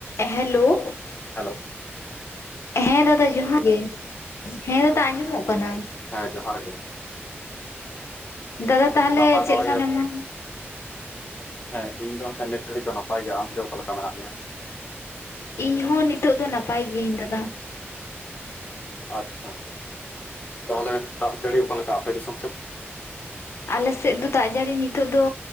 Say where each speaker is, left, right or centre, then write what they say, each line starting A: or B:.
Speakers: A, on the left (about 75°); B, on the left (about 35°).
A: Hello.
B: Hello.
A: ᱦᱮᱸ ᱫᱟᱫᱟ ᱡᱚᱦᱟᱨ ᱜᱮ, ᱦᱮᱸ ᱫᱟᱫᱟ ᱟᱸᱡᱚᱢᱚᱜ ᱠᱟᱱᱟ᱾
B: ᱦᱮᱸ ᱡᱚᱦᱟᱨ ᱜᱮ᱾
A: ᱫᱟᱫᱟ ᱛᱟᱦᱚᱞᱮ
B: ᱱᱟᱯᱟᱭ
A: ᱪᱮᱫ
B: ᱵᱟᱲᱟ
A: ᱞᱮᱠᱟ
B: ᱜᱮᱭᱟᱯᱮ?
A: ᱢᱮᱱᱟᱢᱟ?
B: ᱦᱮᱸ ᱤᱧ ᱫᱚ ᱠᱷᱟᱡ ᱱᱤᱛ ᱜᱷᱟᱹᱲᱤᱡ ᱫᱚ ᱱᱟᱯᱟᱭ ᱜᱮ, ᱟᱢ ᱜᱮ ᱚᱠᱟ ᱞᱮᱠᱟ ᱢᱮᱱᱟᱜ ᱢᱮᱭᱟ?
A: ᱤᱧ ᱦᱚᱸ ᱱᱤᱛᱳᱜ ᱫᱚ ᱱᱟᱯᱟᱭ ᱜᱤᱭᱟᱹᱧ ᱫᱟᱫᱟ᱾
B: ᱟᱪᱪᱷᱟ, ᱛᱟᱦᱚᱞᱮ ᱫᱟᱜ ᱡᱟᱹᱲᱤ ᱚᱠᱟ ᱞᱮᱠᱟ ᱟᱯᱮ ᱫᱤᱥᱚᱢ ᱥᱮᱫ?
A: ᱟᱞᱮ ᱥᱮᱫ ᱫᱚ ᱫᱟᱜ ᱡᱟᱹᱲᱤ ᱱᱤᱛᱚᱜ ᱫᱚ